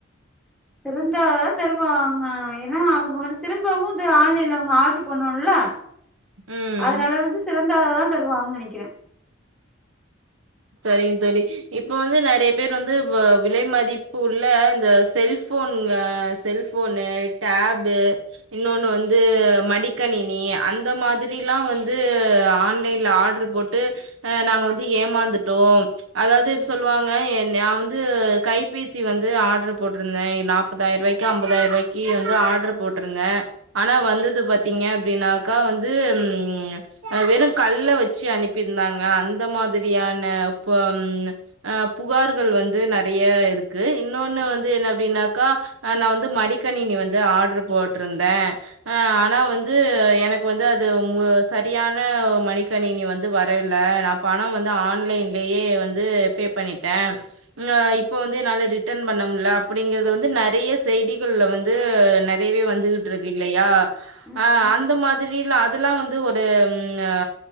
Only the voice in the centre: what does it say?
திருந்தாதா திருபுவாங்க ஏனா அவுங்க வந்து திரும்பவு இந்த ஆன்லைன்ல அவுங்க ஆட்ரு பண்னுல்ல
அதுனால வந்து சிறந்தாதா தருவாங்கன் நெனக்கிற
ஆ
ஆமாங்க
தோழி